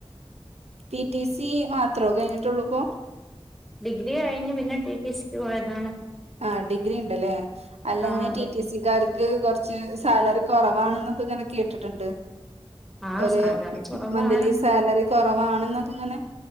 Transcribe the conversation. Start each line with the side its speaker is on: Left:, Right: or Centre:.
Right: പി ടി സി മാത്രോ കഴിഞ്ഞിട്ടുള്ളൂ ഇപ്പൊ
Centre: ഡിഗ്രി കഴഞ്ഞഞ് പിന്നെ ടി ടി സക്ക് പോയതാണ്
Right: ആ ഡിഗ്രി ഉണ്ടല്ലേ അല്ല
Centre: ആഹ്
Right: അങ്ങനെ
Centre: അതെ
Right: ടിറ്റടി സിക്കാർ ക്ക് കുറച്ച് സാലറി കുറവാണെന്നൊക്കെ ഇങ്ങനെ കേട്ടിട്ടുണ്ട്
Centre: ആഹ്
Right: ഒരു
Centre: സാലറി കുറവാണ്
Right: മന്ത്ലി സാലറി കുറവാണെന്നൊക്കെ ഇങ്ങനെ